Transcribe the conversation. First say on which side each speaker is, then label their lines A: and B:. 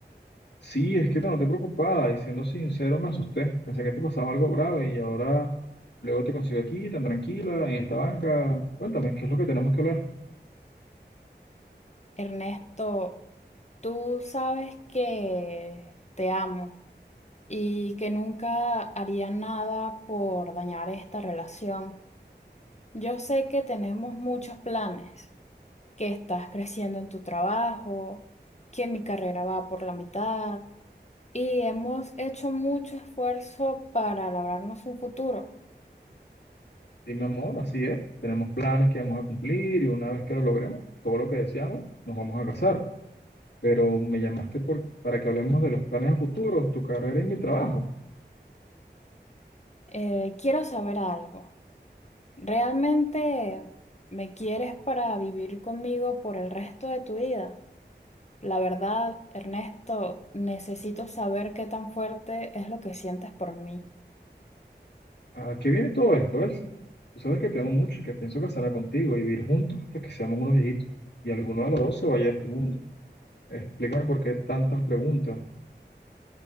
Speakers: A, on the left; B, on the left.
A: Sí, es que no no te noté preocupada y siendo sincero me asusté. Pensé que te pasaba algo grave y ahora luego te consigo aquí tan tranquila en esta banca. Cuéntame, ¿qué es lo que tenemos que hablar?
B: Ernesto, tú sabes que te amo y que nunca haría nada por dañar esta relación. Yo sé que tenemos muchos planes, que estás creciendo en tu trabajo, que mi carrera va por la mitad y hemos hecho mucho esfuerzo para labrarnos un futuro.
A: Sí, mi amor, así es. Tenemos planes que vamos a cumplir y una vez que lo logremos, todo lo que deseamos, nos vamos a casar. Pero me llamaste por, para que hablemos de los planes a futuros, tu carrera y mi trabajo.
B: Eh, quiero saber algo. ¿Realmente me quieres para vivir conmigo por el resto de tu vida? La verdad, Ernesto, necesito saber qué tan fuerte es lo que sientes por mí.
A: ¿A qué viene todo esto, Elsie? Tú sabes que te amo mucho y que pienso casarme contigo y vivir juntos hasta que seamos unos viejitos y alguno de los dos se vaya de este mundo. Explícame por qué tantas preguntas.